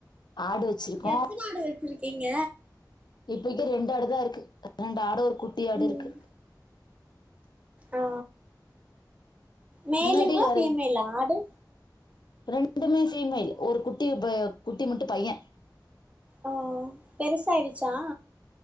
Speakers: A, on the left (about 75°); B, on the right (about 15°).
A: ஆடு வச்சிருக்கோ
B: எத்தன ஆடு வச்சிருக்கீங்க
A: இப்பைக்கு ரெண்டு ஆடு தா இருக்கு ரெண்டு ஆடு ஒரு குட்டி ஆடு
B: ம்
A: இருக்கு
B: ஆ மேலுங்களா
A: முன்னாடி நெறை
B: ஃபீமேலா ஆடு
A: ரெண்டுமே ஃபீமேல் ஒரு குட்டி ப குட்டி மட்டு பையன்
B: ஓ பெருசாயிடுச்சா